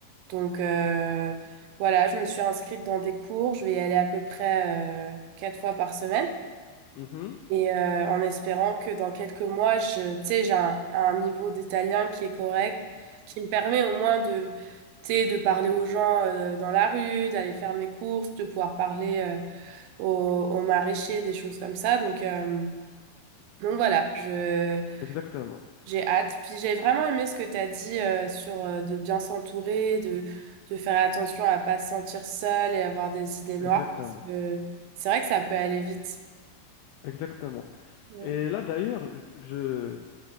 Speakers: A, on the right (about 85°); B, on the left (about 85°).
A: Donc euh, voilà, je me suis inscrite dans des cours. Je vais y aller à peu près euh, quatre fois par semaine.
B: Mhm.
A: Et euh, en espérant que dans quelques mois, je, tu sais, j'ai un, un niveau d'italien qui est correct, qui me permet au moins de, tu sais, de parler aux gens euh, dans la rue, d'aller faire mes courses, de pouvoir parler euh, aux, aux maraîchers, des choses comme ça. Donc, euh, donc voilà, je,
B: Exactement.
A: j'ai hâte. Puis j'ai vraiment aimé ce que tu as dit euh, sur euh, de bien s'entourer, de, de faire attention à pas se sentir seul et avoir des idées noires.
B: Exactement.
A: Parce que c'est vrai que ça peut aller vite.
B: Exactement.
A: Ouais,
B: Et là, d'ailleurs, je,